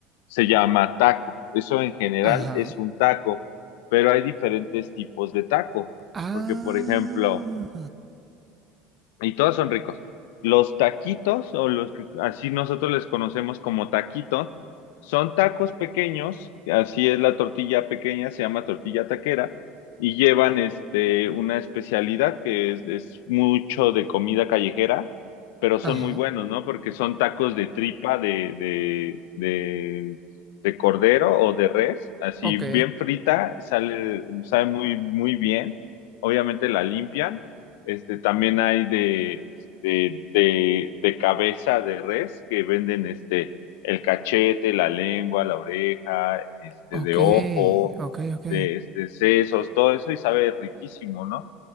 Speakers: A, on the left; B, on the right.
A: se llama taco. Eso en general
B: Ajá.
A: es un taco, pero hay diferentes tipos de taco,
B: Ah.
A: porque por ejemplo, y todos son ricos. Los taquitos, o los que así nosotros les conocemos como taquitos, son tacos pequeños, así es la tortilla pequeña, se llama tortilla taquera, y llevan este, una especialidad que es, es mucho de comida callejera, pero son
B: Ajá.
A: muy buenos, ¿no? Porque son tacos de tripa, de, de, de, de cordero o de res, así
B: Ok.
A: bien frita, sale, sabe muy, muy bien, obviamente la limpian este, también hay de, este, de, de cabeza de res que venden este, el cachete, la lengua, la oreja, este,
B: Ok.
A: de ojo,
B: Ok, ok.
A: de este, sesos, todo eso y sabe riquísimo, ¿no?